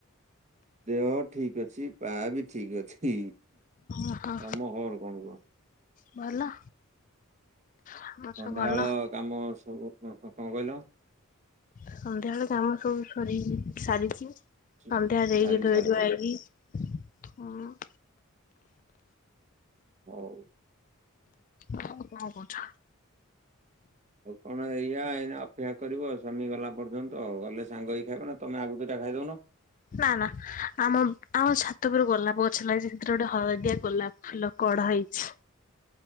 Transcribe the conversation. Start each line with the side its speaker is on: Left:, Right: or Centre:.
Right: ଦେହ ଠିକ ଅଛି ପା ବି ଠିକ ଅଛି
Left: ଓହୋ
Right: ତମ ଘର କଣ କୁହ
Left: ଭଲ ଆମର
Right: ସନ୍ଧ୍ୟାବେଳ
Left: ସବୁ ଭଲ
Right: କାମ ସବୁ କଣ କହିଲ
Left: ସନ୍ଧ୍ୟା ବେଳେ କାମ ସବୁ ସରି ସାରିଛି ସନ୍ଧ୍ୟା
Right: ସୁ-
Left: ଦେଇକି
Right: ସାରି
Left: ଧୋଇ
Right: ସାରିଛ
Left: ଧୁଆ ହେଇକି ହଁ
Right: ହଉ
Left: ହଉ କଣ କହୁଛ
Right: ଆଉ କଣ ଏଇଆ ଏଇନା ଅପେକ୍ଷା କରିବ ସ୍ୱାମୀ ଗଲା ପର୍ଯ୍ୟନ୍ତ ଆଉ ଗଲେ ସାଙ୍ଗ ହେଇ ଖାଇବ ନା ତମେ ଆଗ ଦୁଇଟା ଖାଇଦଉନ
Left: ନା ନା ଆମ ଆମ ଛାତ ଉପରେ ଗୋଲାପ ଗଛ ଲାଗିଛି ସେଥିରେ ଗୋଟେ ହଳଦିଆ ଗୋଲାପ ଫୁଲ କଡ ହେଇଛି